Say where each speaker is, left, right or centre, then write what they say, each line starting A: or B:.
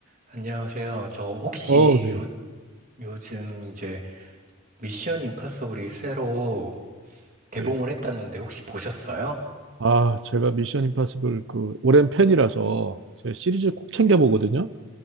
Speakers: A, on the right; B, on the right.
A: 안녕하세요. 저 혹시
B: 어, 네,
A: 요, 요즘 이제 미션 임파서블이 새로 개봉을
B: 네.
A: 했다는데 혹시 보셨어요?
B: 아, 제가 미션 임파서블 그 오랜 팬이라서 제 시리즈 꼭 챙겨 보거든요.